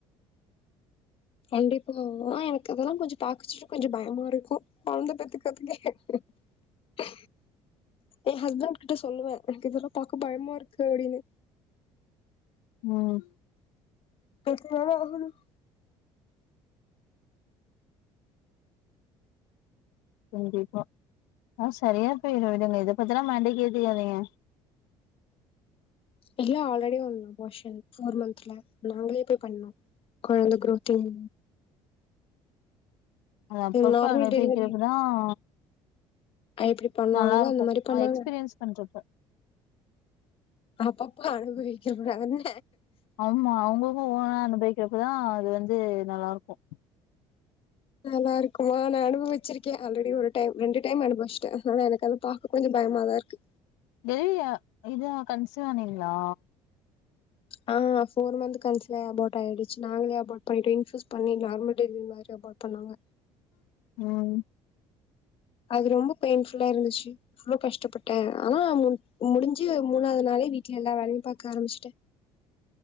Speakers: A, on the left (about 50°); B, on the left (about 85°).
A: கண்டிப்பா எனக்கு இதெல்லாம் கொஞ்சம் பாக்கச்சுட்டு கொஞ்சம் பயமா இருக்கும் கொழந்த பெத்துக்கத்துக்க எ‌ ஏன் ஹஸ்பண்ட் கிட்ட சொல்லுவேன் எனக்கு இதெல்லாம் பாக்க பயமா இருக்கு அப்டின்னு
B: ம்
A: பெத்து தானே ஆகனும்
B: கண்டிப்பா ஆ சரியா பேயிரும் விடுங்க இத பத்தன்னா மண்டைக்கு ஏத்துகாதேங்க
A: இல்ல ஆல்ரெடி ஒரு அபாஷன் ஃபோர் மந்த்ல நாங்களே போய் பண்ணோம் கொழந்த குரோத் இல்ல
B: அது அப்பப்ப
A: நார்மல்
B: அனுபக்கிறப்பதான்
A: டெலிவரி எப்டி பண்ணுவாங்களோ
B: நல்லா இருக்கும்
A: அந்த மாரி பண்ணாங்க.
B: எக்ஸ்பீரியன்ஸ் பண்றப்ப
A: அப்பப்ப அனுபவிக்கிற கூடாதுதானே
B: அமா அவுங்க அ அப்பதான் அது வந்து நல்லா இருக்கும்
A: நல்லாருக்குமா நான் அனுபவச்சிருக்கேன் ஆல்ரெடி ஒரு டைம் ரெண்டு டைம் அனுப வச்சிட்டேன் ஆனா எனக்கு அத பாக்க கொஞ்சம் பயமாதான் இருக்கு
B: டெலிவரி இத கன்சிவானிங்களா
A: ஆ ஃபோர் மந்த் கன்ஸ்லே அபாட் ஆயிடுச்சு நாங்களே அபோட் பண்ணிம் இன்ஃசூஸ் பண்ணி நார்மல் டெலிவரி மாரி அபோட் பண்ணாங்க
B: ம்
A: அது ரொம்ப பெயின்ஃபுல்லா இருந்துச்சு அவ்ளோ கஷ்டப்பட்டே ஆனா முடுஞ்சு மூணாவ்து நாளே வீட்ல எல்லா வேலையு பாக்க ஆரமிச்ட்டே